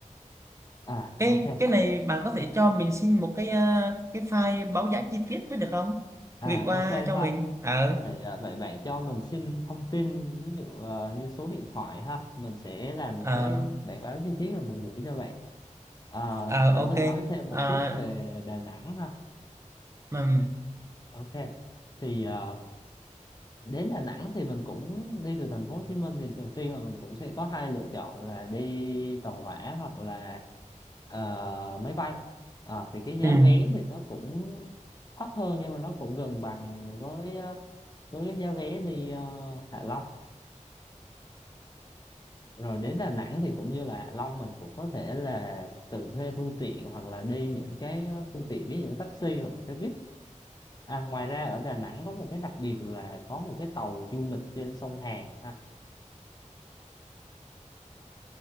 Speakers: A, on the left; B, on the right.
A: à
B: cái
A: ok
B: cái này bạn có thể cho mình xin một cái ờ, cái file báo giá chi tiết với được không
A: à
B: gửi qua
A: ok ha
B: cho mình ờ
A: Vậy, à, vậy bạn cho mình xin thông tin ví dụ à, như số điện thoại ha mình sẽ làm một
B: ờ
A: cái bản báo chi tiết rồi mình gửi cho bạn à,
B: ờ
A: để
B: ok
A: mình nói thêm một
B: ờ
A: chút về Đà Nẵng ha
B: ừm.
A: ok thì à, đến Đà Nẵng thì mình cũng đi từ thành phố Hồ Chí Minh thì đầu tiên là mình cũng sẽ có hai lựa chọn là đi tàu hỏa hoặc là ờ, máy bay à, thì cái giá
B: Ừ.
A: vé thì nó cũng thấp hơn nhưng mà nó cũng gần bằng với ờ, với cái giá vé đi ờ, Hạ Long rồi đến Đà Nẵng thì cũng như là Hạ Long mình cũng có thể là tự thuê phương tiện hoặc là đi những cái ờ, phương tiện ví dụ taxi hoặc xe buýt à, ngoài ra ở Đà Nẵng có một cái đặc biệt là có một cái tàu du lịch trên sông Hàn ha